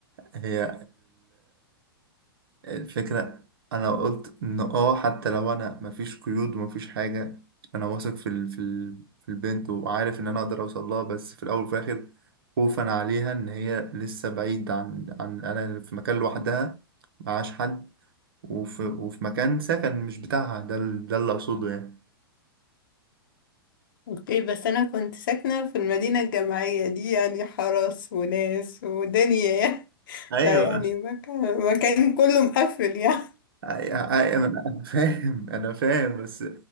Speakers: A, on the right; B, on the left.
A: هي الفكرة أنا قلت إن آه حتى لو أنا مفيش قيود ومفيش حاجة أنا واثق في ال... في ال... في البنت وعارف إن أنا أقدر أوصل لها بس في الأول وفي الآخر خوفا عليها إن هي لسه بعيد عن عن أنا في مكان لوحدها معاش حد وفي وفي مكان سكن مش بتاعها ده ال... ده اللي أقصده يعني
B: اوكي بس انا كنت ساكنة في المدينة الجامعية دي يعني حرس وناس ودنيا يعني <laughs>
A: ايوه
B: ده يعني مكان مكان كله مقفل يعني
A: أي- أي- انا أنا فاهم انا فاهم بس